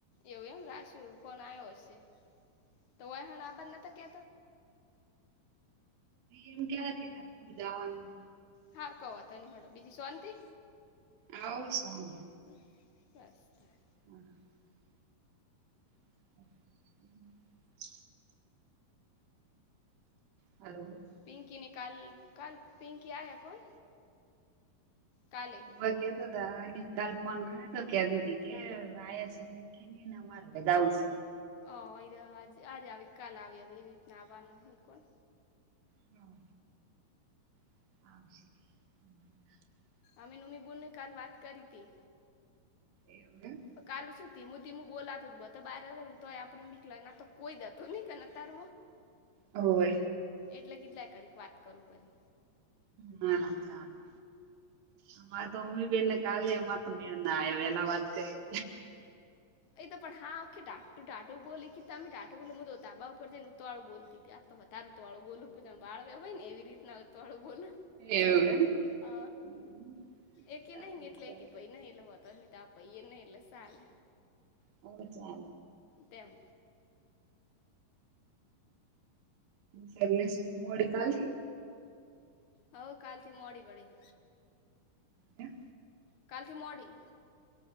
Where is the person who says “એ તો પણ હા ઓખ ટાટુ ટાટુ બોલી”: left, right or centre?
Left